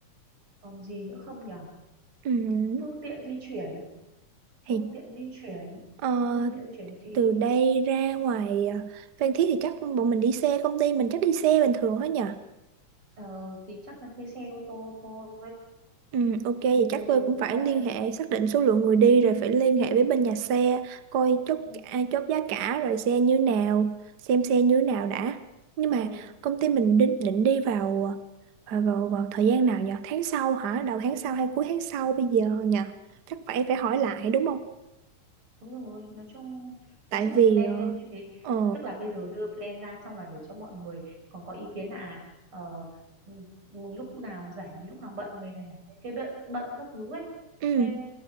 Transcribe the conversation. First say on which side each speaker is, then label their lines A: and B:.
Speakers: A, on the right (about 40°); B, on the right (about 85°).
A: còn gì nữa không nhở
B: Ừ
A: phương tiện di chuyển
B: thì
A: phương tiện di chuyển
B: ờ,
A: phương tiện di chuyển thì
B: từ đây ra ngoài ờ, Phan Thiết thì chắc bọn mình đi xe Công ty mình chắc đi xe bình thường hết nhỉ
A: ờ, thì chắc là thuê xe ô tô thôi
B: Ừ, ok vậy
A: ừ,
B: chắc tôi cũng phải
A: có
B: liên
A: nghĩa
B: hệ xác định số lượng người đi rồi phải liên hệ với bên nhà xe coi chốt
A: ừ,
B: à, chốt giá cả rồi xe như nào xem xe như nào đã nhưng
A: ờ,
B: mà công ty mình định định đi vào vào vào, vào thời gian nào nhỉ tháng sau hả đầu tháng sau hay cuối tháng sau bây giờ nhỉ chắc phải phải hỏi lại đúng không
A: Đúng rồi, nói chung nói
B: tại
A: chung là
B: vì
A: plan
B: ờ
A: lên như thế,
B: ờ,
A: tức là bây giờ đưa plan ra xong là để cho mọi người còn có ý kiến là à ờ, ừ, ừ, lúc nào rảnh, lúc nào bận người này rảnh, người kia bận bận các thứ ấy.
B: ừ,
A: Nên